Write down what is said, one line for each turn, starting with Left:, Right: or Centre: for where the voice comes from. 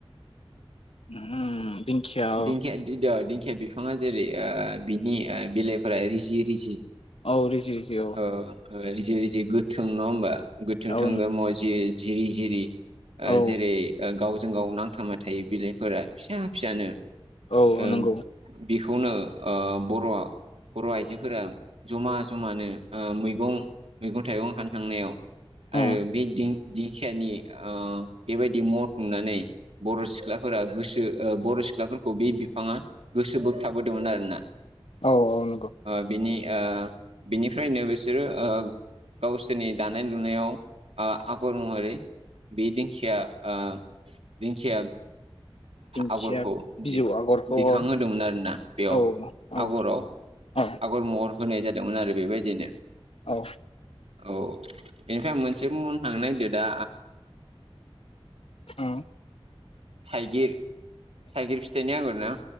Left: उम दिंखिया औ
Right: दिंखिया द-दिंखिया बिफाङा जेरै बिनि बिलाइफोरा रिजि रिजि।
Left: औ रिजि रिजि औ।
Right: ओ रिजि रिजि गोथों नङा होमबा? गोथों
Left: औ
Right: थोंगोर एसे जिरि जिरि
Left: औ
Right: जेरै गावजों गाव नांथाबना थायो बिलाइफोरा फिसा फिसानो।
Left: औ
Right: ओ
Left: नंगौ
Right: बेखौनो ओ बर'आ बर' आइजोफोरा जमा जमानो मैगं मैगं थाइगं खानो थांनायाव आरो
Left: उम
Right: बे दिं दिंखियानि ओ बेबायदि मथ नुनानै बर' सिख्लाफोरा गोसो बर' सिख्लाफोरखौ खो बे बि फाङा गोसो बोगथाबोदोंमोन आरोना
Left: औ औ नंगौ
Right: ओ बिनि ओ बिनिफ्रायनो बिसोरो ओ गावसोरनि दानाय लुनायाव आ आगर महरै बे दिंखिया ओ दिंखिया
Left: दिंखिया
Right: आगरखौ
Left: बिजौ आगरखौ
Right: दिखांहोदोंमोन
Left: औ
Right: आरोना बेयाव
Left: औ औ
Right: आगराव
Left: औ
Right: आगर महर होनाय जादोंमोन आरो बेबायदिनो
Left: औ
Right: औ बेनिफ्राय आं मोन से बुंनो थांनो नागिरदों दा
Left: उम
Right: थाइगिर थाइगिर फिथाइनि आगर ना